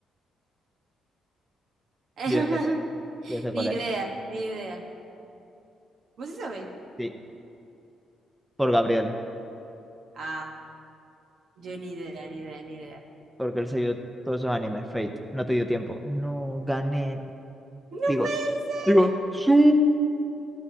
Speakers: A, on the right (about 65°); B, in the centre.
A: <laughs>
B: Yo ya sé cuál es. Yo ya sé
A: Ni
B: cuál
A: idea,
B: es.
A: ni idea. ¿Vos sí sabéis?
B: Sí, por Gabriel.
A: Ah, yo ni idea, ni idea, ni idea.
B: Porque él se vio todos esos animes. Fate. No te dio tiempo. No, gané.
A: ¡No
B: Digo,
A: puede
B: digo, su.